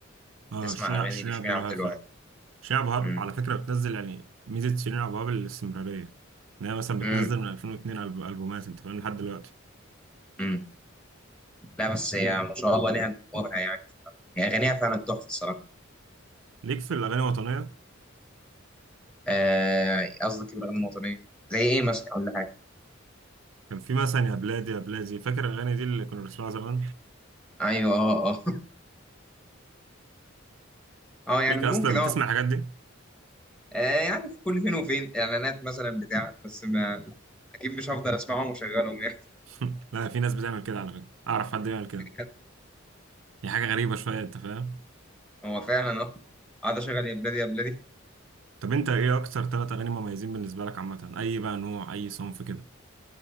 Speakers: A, on the right; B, in the centre.
A: اه
B: فتسمع
A: شيرين
B: اغاني
A: شيرين
B: لشيرين
A: عبد الوهاب
B: عبد الوهاب
A: فعلا شيرين عبد الوهاب
B: امم
A: على فكره بتنزل يعني ميزه شيرين عبد الوهاب الاستمراريه ان هي مثلا بتنزل
B: امم
A: من 2002 ألب- البومات انت فاهم لحد دلوقتي
B: امم لا بس هي ما شاء الله ليها جمهورها يعني هي اغانيها فعلا تحفه الصراحه
A: ليك في الاغاني الوطنيه
B: آه، قصدك الاغاني الوطنيه زي ايه مثلا اقول لك حاجه
A: كان في مثلا يا بلادي يا بلادي فاكر الاغاني دي اللي كنا بنسمعها زمان
B: ايوه اه اه <laughs> اه يعني
A: ليك
B: ممكن
A: اصلا
B: اه
A: بتسمع الحاجات دي
B: آه يعني في كل فين وفين اعلانات مثلا بتاع بس ما اكيد مش هفضل اسمعهم واشغلهم يعني
A: <laughs> لا في ناس بتعمل كده على فكره اعرف حد يعمل كده
B: <laughs> بجد
A: هي حاجه غريبه شويه انت فاهم
B: هو فعلا اه قاعد اشغل يا بلادي يا بلادي
A: طب انت ايه اكتر ثلاث اغاني مميزين بالنسبه لك عامه اي بقى نوع اي صنف كده